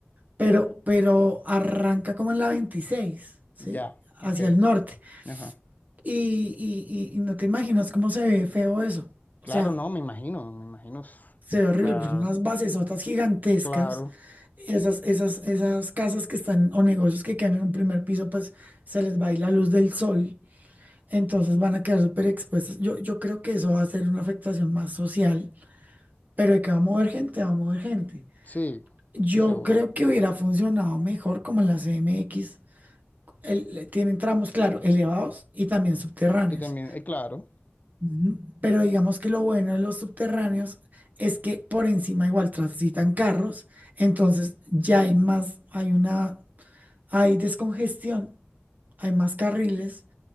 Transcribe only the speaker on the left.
ya,
ok,
ajá.
Claro,
no, me imagino, me imagino. s-
pa-
claro,
sí,
sí, seguro.
Y también, eh, claro,